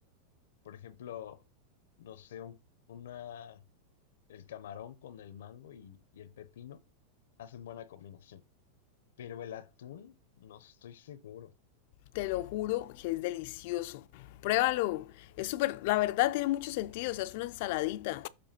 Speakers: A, on the left; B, on the left.
A: por ejemplo, no sé, un- una, el camarón con el mango y, y el pepino hacen buena combinación. Pero el atún, no estoy seguro.
B: te lo juro que es delicioso. Pruébalo. Es súper, la verdad tiene mucho sentido, o sea, es una ensaladita.